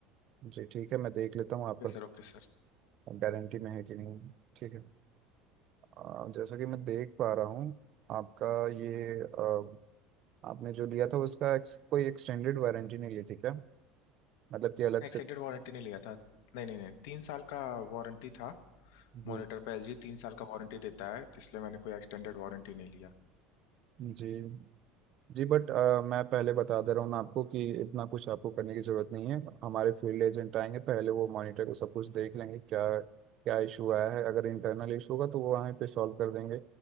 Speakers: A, on the right; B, on the left.
A: जी ठीक है मैं देख लेता हूँ आपका
B: Okay sir okay sir
A: गारंटी में है कि नहीं ठीक है अ, जैसा कि मैं देख पा रहा हूँ आपका ये अ, आपने जो लिया था उसका एक्स, कोई एक्सटेंडेड वारंटी नहीं ली थी क्या मतलब कि अलग
B: Extended
A: से
B: warranty नहीं लिया था नहीं नहीं नहीं तीन साल का वारंटी था
A: जी
B: मॉनिटर पे एलजी तीन साल का वारंटी देता है तो इसलिए मैंने कोई एक्सटेंडेड वारंटी नहीं लिया
A: जी जी बट अ, मैं पहले बता दे रहा हूँ ना आपको कि इतना कुछ आपको करने की ज़रूरत नहीं है हमारे फील्ड एजेंट आएंगे पहले वो मॉनिटर को सब कुछ देख लेंगे क्या क्या इशू आया है अगर इंटरनल इशू होगा तो वो वहीं पे सॉल्व कर देंगे